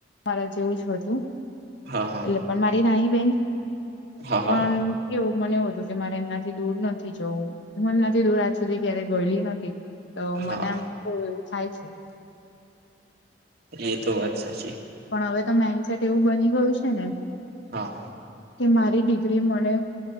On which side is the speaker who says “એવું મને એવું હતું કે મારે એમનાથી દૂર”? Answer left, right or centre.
Left